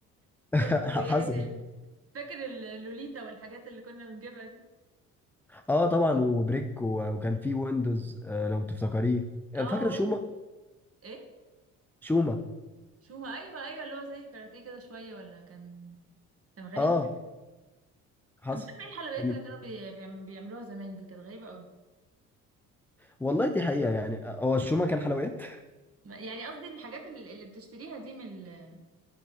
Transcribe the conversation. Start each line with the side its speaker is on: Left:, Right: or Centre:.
Right: <laughs>
Centre: <laughs>
Right: والحلويات
Centre: حصل
Right: ال- فاكر ال- اللوليتا والحاجات اللي كنا بنجيبها دي
Centre: اه طبعا وبريك و- وكان في ويندوز آه لو تفتكريه آه
Right: اه
Centre: فاكره شوما
Right: وين ايه
Centre: شوما
Right: شو ما ايوه ايوه اللي هو زي كاراتيه كده شويه ولا كان كان غريب
Centre: اه حصل
Right: مش فاكره إيه الحلويات
Centre: كانت-
Right: اللي كانوا بي- بيعم- بيعملوها زمان دي كانت غريبه قوي
Centre: والله دي حقيقة يعني آه، هو الشوما كان حلويات
Right: يعني قصدي الحاجات ال- اللي بتشتريها دي من ال-